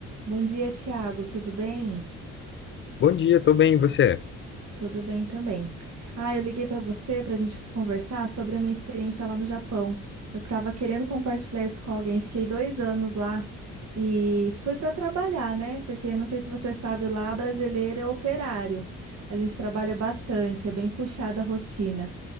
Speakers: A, on the right (about 60°); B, on the left (about 40°).
A: Bom dia, Tiago. Tudo bem?
B: Bom dia, tô bem, e você?
A: Tudo bem também. Ah, eu liguei para você para a gente conversar sobre a minha experiência lá no Japão. Eu estava querendo compartilhar isso com alguém. Fiquei dois anos lá e fui para trabalhar, né? Porque não sei se você sabe, lá brasileiro é operário. A gente trabalha bastante, é bem puxada a rotina.